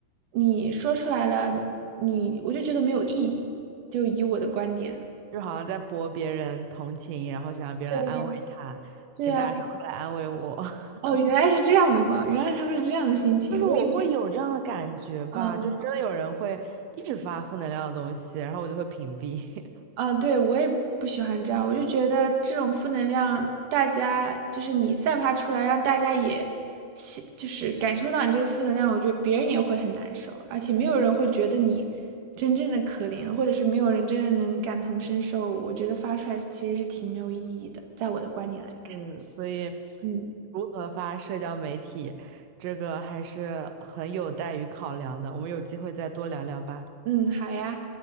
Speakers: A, on the right; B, on the right.
A: 你说出来了，你我就觉得没有意义。就以我的观点，
B: 就好像在博别人同情，然后想让别人来安慰他，
A: 对呀，对呀，
B: 跟大家说快来安慰我。<laughs>
A: 哦，原来是这样的嘛，原来他们是这样的心情，
B: 就是我会有这样的感觉吧，
A: 我以为，嗯
B: 就是真的有人会一直发负能量的东西，然后我就会屏蔽。<laughs>
A: 啊，对，我也不喜欢这样，我就觉得这种负能量，大家就是你散发出来，让大家也吸，就是感受到你这个负能量，我觉得别人也会很难受，而且没有人会觉得你真正的可怜，或者是没有人真的能感同身受，我觉得发出来其实是挺没有意义的，在我的观点来看。
B: 嗯，所以
A: 嗯
B: 如何发社交媒体，这个还是很有待于考量的。我们有机会再多聊聊吧。
A: 嗯，好呀。